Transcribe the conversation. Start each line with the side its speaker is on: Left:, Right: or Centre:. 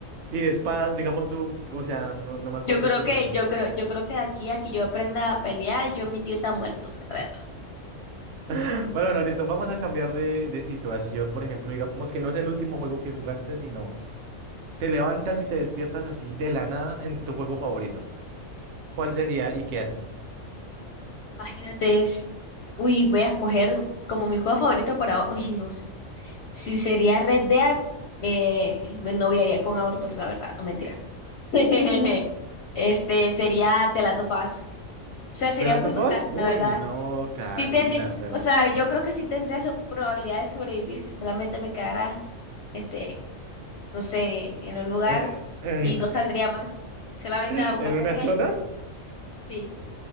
Right: Y de espadas, digamos tú, o sea, no, no me acuerdo
Left: Yo creo
Right: si...
Left: que, yo
Right: <clears throat>
Left: creo, yo creo que de aquí a que yo aprenda a pelear, yo mi tío está muerto. A ver,
Right: <laughs> Bueno, bueno, listo, vamos a cambiar de, de situación, por ejemplo, digamos que no es el último juego que jugaste, sino te levantas y te despiertas así de la nada en tu juego favorito. ¿Cuál sería y qué haces?
Left: imagínate. si- Uy, voy a escoger como mi juego favorito por ahora. Uy, no sé. Si sería Red Dead, eh, me noviaría con Arthur, la verdad, no mentira. <laughs> Este sería The Last of Us. O sea, sería
Right: ¿The Last
Left: muy
Right: of
Left: bacano,
Right: Us? Uy,
Left: la verdad.
Right: no, Karina,
Left: Sí tendría,
Right: pero...
Left: o sea, yo creo que sí tendría so- probabilidad de sobrevivir si solamente me quedara, este, no sé, en un lugar
Right: eh, en,
Left: y no saldría más. Solamente
Right: <laughs> en
Left: a buscar
Right: una
Left: comida
Right: zona?
Left: y sí.